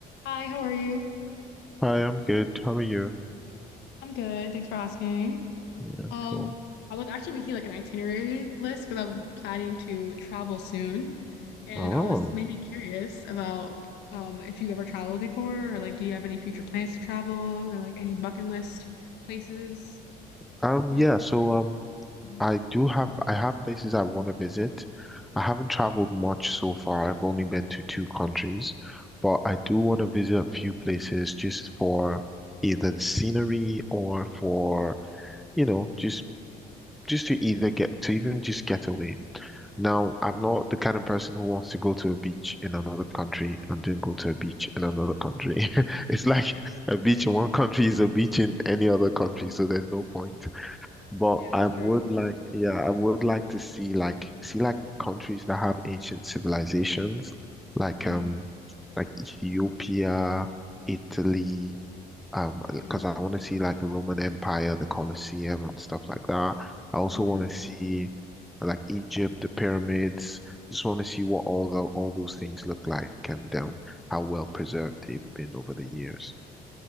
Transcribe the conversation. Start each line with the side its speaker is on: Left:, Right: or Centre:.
Left: Hi, how are you?
Centre: Hi, I'm good. How are you?
Left: I'm good. Thanks for asking.
Centre: Yeah,
Left: Um,
Centre: cool.
Left: I was actually making like an itinerary list because I'm planning to travel soon, and
Centre: Oh,
Left: I was maybe curious about um if you've ever traveled before, or like do you have any future plans to travel, or like any bucket list places
Centre: Um,
Left: you
Centre: yeah,
Left: were considering?
Centre: so um
Left: hmm
Centre: I do have I have places I want to visit. I haven't traveled much so far. I've only been to two countries, but I do want to visit a few places just for either the scenery or for, you know, just just to either get to even just get away. Now, I'm not the kind of person who wants to go to a beach in another country and then go to a beach in another country. <laughs> It's like a beach in one country is a beach in any other country, so there's no point. But
Left: Yeah,
Centre: I would
Left: true.
Centre: like, yeah, I would like to see like see like countries that have ancient civilizations, like
Left: Mm-hmm.
Centre: um like Ethiopia, Italy, um,
Left: Mm,
Centre: because I want to see like the Roman Empire, the Colosseum and stuff like that. I also
Left: Yeah.
Centre: want to see like Egypt, the pyramids. Just want to see what all the, all those things look like and um, how well preserved they've been over the years.